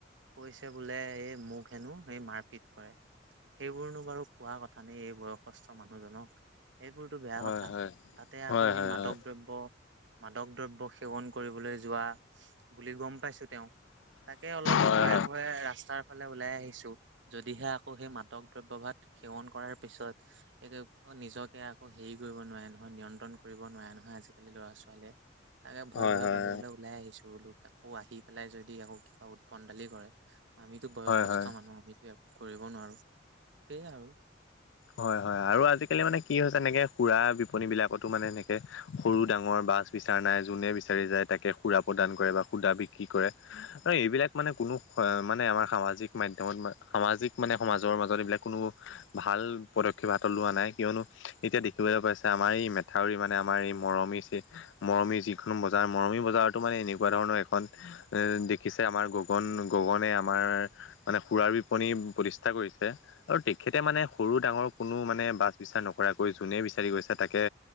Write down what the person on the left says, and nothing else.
হয়
হয়
হয়
হয়
হয়
হয়
হয় হয়
হয়
হয় হয়।
হয় হয় হয় আৰু আজিকালি মানে কি হৈছে এনেকে সঙৰা বিপনী বিলাকতো মানে এনেকে সৰু ডাঙৰ বাছ বিচাৰ নাই, যোনে বিচাৰি যায় তাকে সুৰা প্ৰদান কৰে বা সুদা বিক্ৰী কৰে। ঐ এইবিলাক মানে কোনো মানে আমাৰ সামাজিক মাধ্যমত সামাজিক মানে সমাজৰ মাজত এইবিলাক কোনো ভাল পদক্ষেপ লোৱা নাই, কিয়নো এতিয়া দেখিবলৈ পাইছে আমাৰ এই মেথাউৰি মানে আমাৰ এই মৰমি ছে মৰমিৰ যিখন বজাৰ মৰমি বজাৰতো মানে এনেকুৱা ধৰণৰ এখন এ দেখিছে আমাৰ গগন গগনে আমাৰ মানে সুৰাৰ বিপণী প্ৰতিষ্ঠা কৰিছে আৰু তেখেতে মানে সৰু ডাঙৰ কোনো মানে বাছ বিচাৰ নকৰাকৈ যোনে বিচাৰি গৈছে তাকে